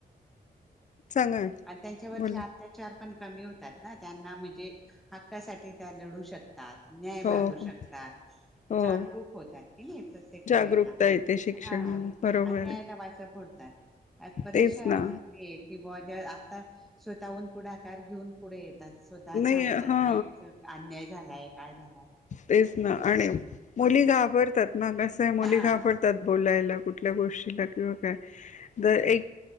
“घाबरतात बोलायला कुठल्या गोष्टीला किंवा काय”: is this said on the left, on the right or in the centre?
Left